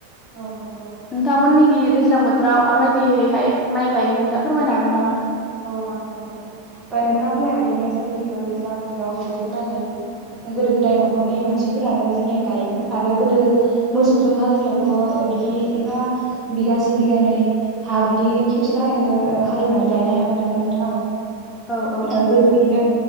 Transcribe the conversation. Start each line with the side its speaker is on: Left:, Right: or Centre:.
Right: औ नंगौ
Left: नोंथां मोननिखि दैज्लां <unintelligible> बोथोराव माबायदियैहाय माइ गायो नोंथांङा फोरमायनो हागोन नामा?
Right: औ हागोन नोंथां नोंथाङा बुंनाय बायदिनो जोंनिथिंबो दैज्लां बोथोराव बिब्दिनो माइ गायो गोदो गोदाय न'खरनि मानसिफोरानो जोंनिया गायोमोन आरो गोदो मोसौजों हालेवनायावथ' बिदि एफा बिगासे बिगानै हा बिदि खेबसे लागायनो हालेवनानै गायनो हायामोन। मोन नालाय नोंथां
Left: औ औ
Right: गोदो बिदिनो